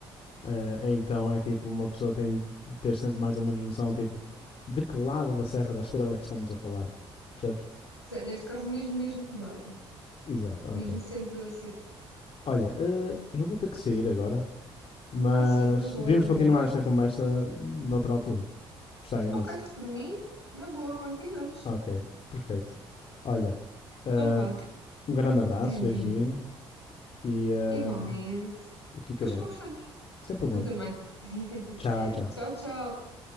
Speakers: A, on the left (about 45°); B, on the left (about 90°).
A: Eh, então é tipo, uma pessoa tem de ter sempre mais ou menos noção, tipo, de que lado da Serra da Estrela é que estamos a falar. Percebes?
B: Se- Neste caso, mesmo, mesmo Guarda,
A: Exato,
B: mesmo
A: ok.
B: centro da cidade.
A: Olha, eh, eu vou ter que sair agora, mas
B: Ah, sim, na boa,
A: devíamos
B: na
A: continuar
B: boa.
A: esta conversa noutra altura. Gostava imenso.
B: Ok, por mim, na boa, continuamos.
A: Ok, perfeito. Olha, eh,
B: Então vá,
A: um grande abraço,
B: diz-me,
A: beijinho
B: diz-me.
A: e, eh,
B: Igualmente.
A: e fica
B: Depois
A: bem.
B: conversamos.
A: Sem problema.
B: Tu também. <laughs>
A: Tchau, tchau.
B: Tchau, tchau.